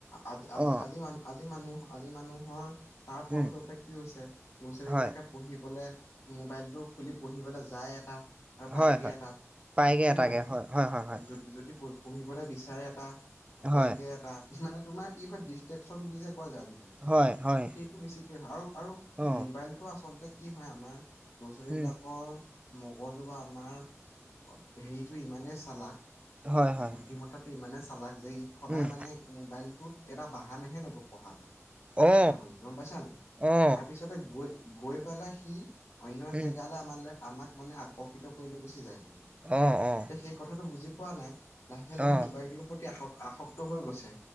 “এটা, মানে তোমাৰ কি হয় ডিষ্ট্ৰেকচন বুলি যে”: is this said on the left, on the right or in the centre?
Left